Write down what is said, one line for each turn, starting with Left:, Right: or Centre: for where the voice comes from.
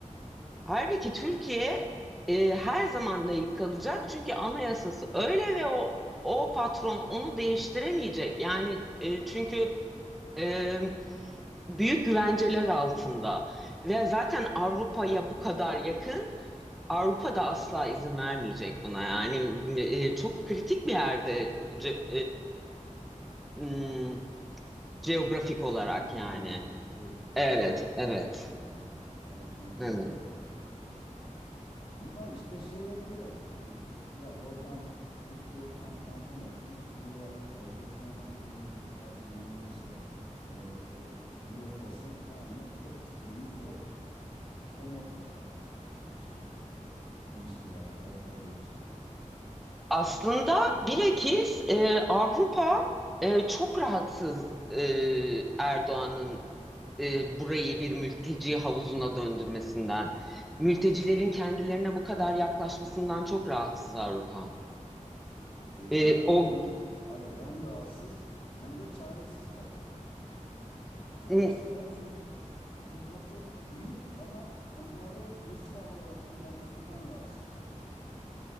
Centre: Halbuki Türkiye e, her zaman layık kalacak. Çünkü anayasası öyle ve o o patron onu değiştiremeyecek. Yani e, çünkü e, büyük güvenceler altında ve zaten Avrupa'ya bu kadar yakın. Avrupa da asla izin vermeyecek buna. Yani e, çok kritik bir yerde c- Hmm, Geografik olarak
Left: Stratejik
Centre: yani.
Left: konjonktür şey
Centre: Evet,
Left: jeostratejik
Centre: evet,
Left: konum veya konjonktürel.
Centre: evet.
Left: Ama işte şey yapıyorlar. Yani e, ya oradan Türkiye kan tampon olsun. Buraya e, göçmen akınını, istilasını her neyse e, bloklasın. Tamam mı? Tek isteğimiz o. O mod var yani şeyde ilişkilerde, Avrupa ile ilişkilerde.
Centre: Aslında bilakis e, Avrupa e, çok rahatsız e, Erdoğan'ın e, burayı bir mülteci havuzuna döndürmesinden. Mültecilerin kendilerine bu kadar yaklaşmasından çok rahatsız Avrupa.
Left: E,
Centre: E,
Left: ama
Centre: o
Left: hem hayır hem rahatsız hem de çaresizler. Çaresizler
Centre: m,
Left: çünkü tutması iyi ama onları bir silah olarak kullanmasından rahatsızlar.